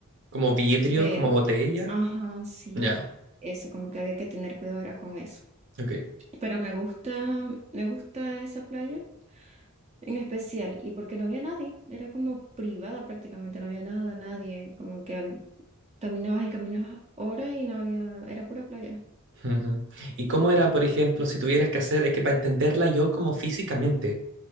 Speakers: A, on the right; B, on the right.
A: Como vidrio,
B: Pero,
A: como botella.
B: ajá, sí,
A: Ya,
B: eso, como que había que tener cuidado era con eso.
A: ok.
B: Pero me gusta, me gusta esa playa en especial y porque no había nadie, era como privada prácticamente, no había nada, nadie, como que hab- caminabas y caminabas horas y no había, era pura playa.
A: Ujú. ¿Y cómo era, por ejemplo, si tuvieras que hacer, es que para entenderla yo como físicamente,